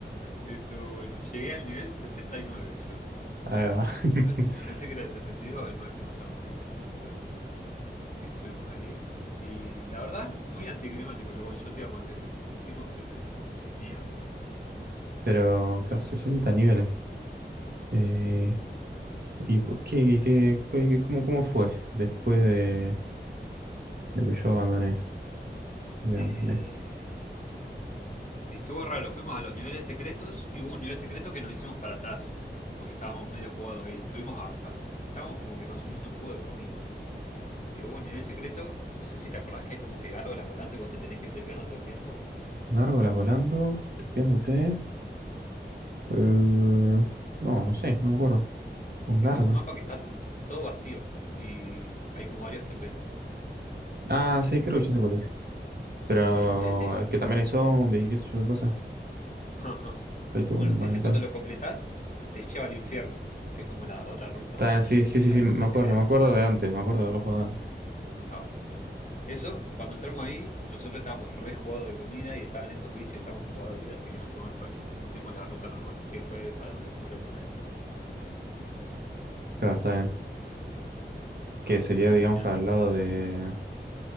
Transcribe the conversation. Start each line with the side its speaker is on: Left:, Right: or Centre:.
Left: Estuvo bueno. Llegué al nivel 69 yo.
Right: Ahí va. <laughs>
Left: Yo pensé, pensé que era el 62 el máximo, estábamos viendo con el Otaku, pero no. Y estuvimos ahí. Y la verdad, muy anticlimático. Lo one-shoteamos al jefe. Lo hicimos, pero lo hicimos mierda.
Right: Pero, claro, 60 niveles. Eh, ¿y por qué, qué, qué- qué- cómo, cómo fue después de, de que yo abandoné? Digámosle.
Left: Eh, Y estuvo raro, fuimos a los niveles secretos y hubo un nivel secreto que nos hicimos para atrás, porque estábamos medio jugados ahí. Estuvimos a- a- estábamos como que consumiendo un huevo de comida. Y hubo un nivel secreto, no sé si te acordás que hay como que gárgolas volando y vos te tenés que irte pegando todo el tiempo.
Right: Gárgolas volando, tespiándote. Eh, no, no sé, no me acuerdo. Con
Left: Es
Right: gárgolas.
Left: como un mapa que está todo vacío y hay como varios TPs.
Right: Ah, sí, creo que ya sé cuál es. Pero
Left: Bueno, ese,
Right: eh, que también hay zombies y qué sé yo qué cosa.
Left: <laughs> ajá.
Right: Que hay tumbas
Left: Bueno, ese
Right: y tal.
Left: cuando lo completás te lleva al infierno, que es como la otra ruta
Right: Está, sí,
Left: que
Right: sí,
Left: te
Right: sí,
Left: lleva
Right: sí,
Left: al
Right: me
Left: jefe
Right: acuerdo,
Left: secreto.
Right: me acuerdo de antes, me acuerdo de los juegos de antes.
Left: Claro, Eso, cuando entramos ahí, nosotros estábamos re jugados de comida y estaban esos bichos y estábamos jugados de vida, así que nos tomó el palo. Hicimos la ruta normal, que fue para donde fuimos la última vez.
Right: Claro, está bien. Que sería,
Left: Y
Right: digamos,
Left: nada.
Right: para el lado de